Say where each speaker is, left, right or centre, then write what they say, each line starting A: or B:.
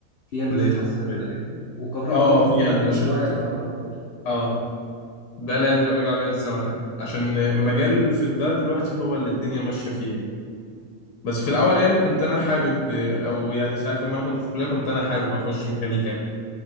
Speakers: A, on the left; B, on the left.
A: في هندسه
B: كليه حاسبات
A: حاسبات تقريبا وكهرباء
B: اه
A: ممكن
B: في
A: ممكن
B: هندسه
A: شويه
B: حاسبات
A: كهرباء برضه
B: اه ده اللي يعني لو رجع بيا الزمن يعني عشان المجال في ده دلوقتي هو اللي الدنيا ماشيه فيه يعني. بس في
A: اه
B: الاول يعني كنت انا حابب او يعني ساعه لما انا كنت في الكليه كنت انا حابب اخش ميكانيكا يعني.